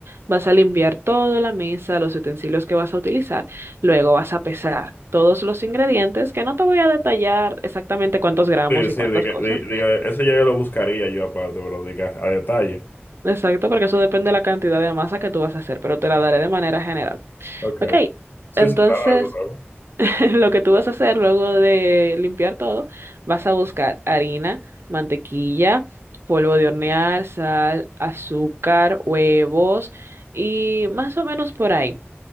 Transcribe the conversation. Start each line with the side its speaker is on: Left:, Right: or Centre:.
Right: Vas a limpiar toda la mesa, los utensilios que vas a utilizar. Luego vas a pesar todos los ingredientes, que no te voy a detallar exactamente cuántos gramos
Left: Sí, sí,
Right: y cuántas
Left: diga,
Right: cosas.
Left: di- diga, eso ya yo lo buscaría yo aparte, pero diga a detalle.
Right: Exacto, porque eso depende de la cantidad de masa que tú vas a hacer, pero te la daré de manera general.
Left: Ok,
Right: Ok,
Left: ok. Sí,
Right: entonces...
Left: sí, claro, no hay problema.
Right: <laughs> Lo que tú vas a hacer luego de limpiar todo, vas a buscar harina, mantequilla, polvo de hornear, sal, azúcar, huevos y más o menos por ahí.